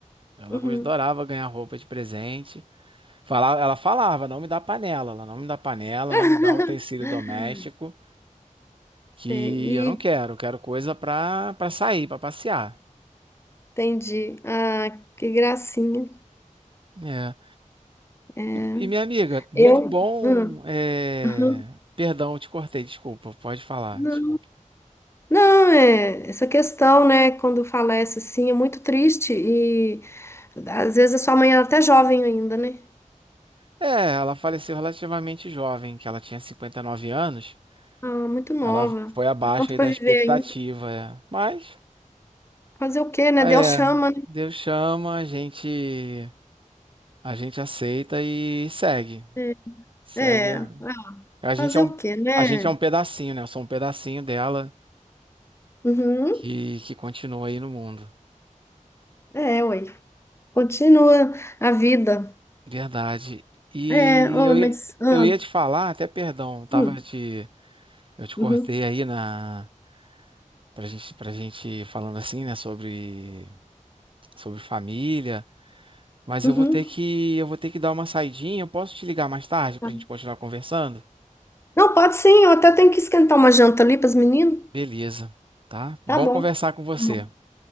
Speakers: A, on the right; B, on the left.
A: Ela
B: Uhum.
A: go- adorava ganhar roupa de presente. Fala- ela falava, não me dá panela, ela não me dá panela,
B: <laughs>
A: não me dá utensílio doméstico, que
B: Sei, e
A: eu não quero, eu quero coisa pra, pra sair, pra passear.
B: entendi. Ah, que gracinha.
A: É.
B: É.
A: E, e, minha amiga, muito
B: Eu?
A: bom.
B: Hum,
A: é,
B: uhum.
A: Perdão, eu te cortei, desculpa, pode falar,
B: Não,
A: desculpa.
B: não, é essa questão, né? Quando falece assim, é muito triste e às vezes a sua mãe era até jovem ainda, né?
A: É, ela faleceu relativamente jovem, que ela tinha 59 anos.
B: Ah, muito nova.
A: Ela foi abaixo
B: Tanto
A: aí
B: para
A: da
B: viver
A: expectativa,
B: ainda.
A: é. Mas.
B: Fazer o quê, né?
A: Ah,
B: Deus
A: É,
B: chama, né?
A: Deus chama, a gente a gente aceita e segue.
B: É,
A: Segue.
B: é.
A: A
B: Ah,
A: a
B: fazer
A: gente é um,
B: o quê, né?
A: a gente é um pedacinho, né? Eu sou um pedacinho dela
B: Uhum.
A: que, que continua aí no mundo.
B: É, oi. Continua a vida.
A: Verdade. E
B: É, oi,
A: eu
B: mas.
A: ia,
B: ah,
A: eu ia te falar, até perdão, eu tava
B: hum.
A: te eu te cortei
B: Uhum,
A: aí na pra gente pra gente falando assim, né, sobre sobre família, mas
B: uhum.
A: eu vou ter que eu vou ter que dar uma saidinha. Eu posso te ligar mais tarde
B: Tá.
A: pra gente continuar conversando?
B: Não, pode sim, eu até tenho que esquentar uma janta ali para os meninos.
A: Beleza, tá? Bom
B: Tá bom.
A: conversar
B: Tá
A: com você.
B: Bom,